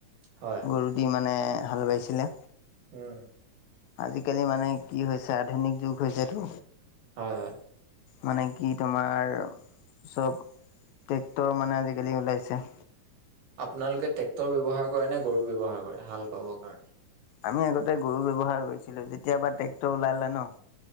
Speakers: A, on the right (about 80°); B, on the left (about 80°).
A: হয়।
B: গৰু দি মানে হাল বাইছিলে।
A: উম।
B: আজিকালি মানে কি হৈছে, আধুনিক যুগ হৈছেটো।
A: হয়, হয়।
B: মানে কি তোমাৰ চব, ট্ৰেক্টৰ মানে আজিকালি ওলাইছে।
A: আপোনালোকে ট্ৰেক্টৰ ব্যৱহাৰ কৰে নে, গৰু ব্যৱহাৰ কৰে, হাল বাবৰ কাৰণে?
B: আমি আগতে গৰু ব্যৱহাৰ কৰিছিলোঁ, যেতিয়াবা ট্ৰেক্টৰ ওলালে ন'